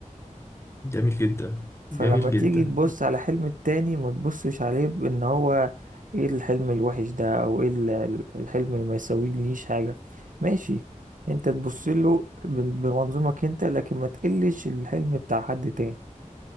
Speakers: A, on the left (about 20°); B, on the right (about 85°).
A: جميل جدا
B: فلما
A: جميل
B: تيجي
A: جدا
B: تبص على حلم التاني ما تبصش عليه بإن هو ايه الحلم الوحش ده أو ايه ال- ال- الحلم اللي ما يسويليش حاجة ماشي انت تبص له بن- بمنظومك انت لكن ما تقلش الحلم بتاع حد تاني